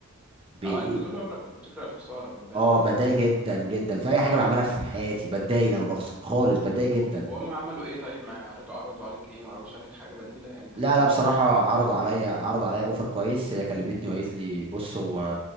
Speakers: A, on the right; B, in the centre.
A: بدي
B: اه انت طول عمرك كنت بتكره الخساره خد بالك
A: اه بتضايق
B: يعني الموضوع
A: جدا
B: ده
A: جدا في اي حاجه بعملها في حياتي بتضايق لما بخسر خالص بتضايق
B: طب
A: جدا
B: وهم عملوا ايه طيب ما عرضوا عرضوا عليك ايه ما عرضوش عليك حاجه بديله يعني انت
A: لا
B: دلوقتي
A: لا
B: دخلت
A: بصراحة
B: في
A: عرضوا
B: كل ده
A: عليا عرضوا عليا اوفر كويس هي كلمتني وقالت لي بص هو